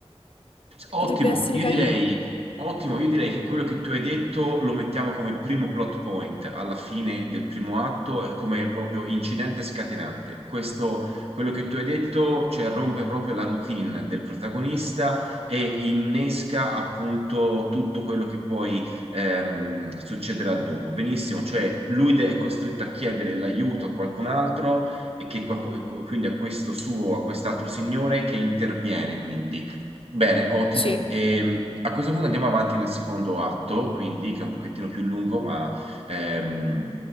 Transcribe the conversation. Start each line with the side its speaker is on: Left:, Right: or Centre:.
Right: Ottimo,
Left: Potrebbe essere
Right: io
Left: carino.
Right: direi, ottimo, io direi che quello che tu hai detto lo mettiamo come primo plot point alla fine del primo atto e come proprio incidente scatenante. Questo, quello che tu hai detto, cioè, rompe proprio la routine del protagonista e innesca appunto tutto quello che poi ehm, succederà dopo. Benissimo, cioè lui de- è costretto a chiedere l'aiuto a qualcun altro e che qualcu- quindi a questo suo, a quest'altro signore che interviene quindi Bene, ottimo.
Left: Sì,
Right: Ehm, a questo punto andiamo avanti nel secondo atto, quindi che è un pochettino più lungo, ma ehm,